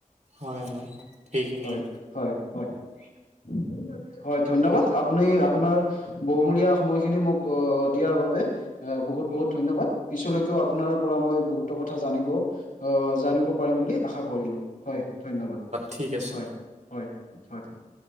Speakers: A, on the right; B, on the left.
A: হয় হয় সেইখিনিয়ে
B: হয় হয় হয় উ <inaudible> হয় ধন্যবাদ আপুনি আপোনাৰ বহুমূলীয়া সময়খিনি মোক অ দিয়াৰ বাবে অ, বহুত, বহুত ধন্যবাদ। পিছলৈকেও আপোনাৰ পৰা মই বহুতো কথা জানিব, অ, জানিব পাৰিম বুলি আশা কৰিলো, হয়। ধন্যবাদ।
A: ঠিক আছে
B: হয়- হয়- হয়।